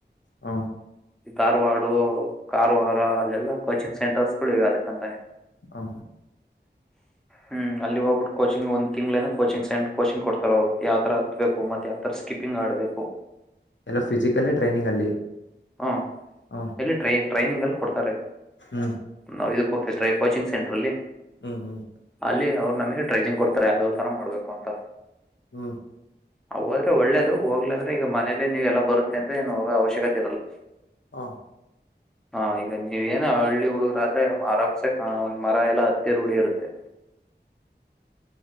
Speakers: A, on the left; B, in the centre.
A: ಹಾ.
B: ಧಾರವಾಡ ಕಾರವಾರ ಅಲ್ಲೆಲ್ಲಾ ಕೋಚಿಂಗ್ ಸೆಂಟರ್ಸ್ಗಳಿವೆ ಅದಕ್ಕಂತಾನೆ.
A: ಹಾ.
B: ಹ್ಮ್ ಅಲ್ಲಿ ಹೋಗ್ಬಿಟ್ಟ ಕೋಚಿಂಗ ಒಂದ್ ತಿಂಗಳ ಏನೋ ಕೋಚಿಂಗ್ ಸೇಂಟ್ ಕೋಚಿಂಗ್ ಕೊಡ್ತಾರ ಅವರು ಯಾವ್ ತರ ಹತ್ಬೇಕು ಮತ್ ಯಾವ ತರ ಸ್ಕಿಪ್. ಪಿಂಗ್ ಆಡ್ಬೇಕು.
A: ಎಲ್ಲ ಫಿಸಿಕಲ್ಲೇ ಟ್ರೈನಿಂಗ್ ಅಲ್ಲಿ.
B: ಹಾ
A: ಹಾ
B: ಎಲ್ಲಿ ಟ್ರೈ ಟ್ರೈನಿಂಗ ಅಲ್ಲಿ ಕೊಡ್ತಾರೆ
A: ಹ್ಮ್
B: ನಾ. ಓಕೆ ಕೋಚಿಂಗ್ ಸೆಂಟ್ರಲ್ಲಿ
A: ಹ್ಮ್ ಹ್ಮ್
B: ಅಲ್ಲಿ ಅವ್ರು ನಮಗೆ. ಟ್ರೈನಿಂಗ್ ಕೊಡ್ತಾರೆ ಯಾವ್ಯಾವ ತರ ಮಾಡ್ಬೇಕು ಅಂತ.
A: ಹ್ಮ್.
B: ಹೋದ್ರೆ ಒಳ್ಳೇದು ಹೋಗ್ಲಿಲ್ಲ ಅಂದ್ರೆ ಈಗ ಮನೆಲ್ಲೆ ನೀವೆಲ್ಲ ಬರುತ್ತೆ ಅಂದ್ರೆ ಏನು ಹೋಗೋ ಅವಶ್ಯಕತೆ ಇರಲ್ಲ.
A: ಹಾ.
B: ಹಾ ಈಗ ನೀವ ಏನ ಹಳ್ಳಿ ಹುಡುಗ್ರಾದ್ರೆ ಆರಾಮ್ಸೆ ಒಂದ್ ಮರ ಎಲ್ಲಾ ಹತ್ತಿರ ರೂಡಿ ಇರುತ್ತೆ.
A: <inaudible>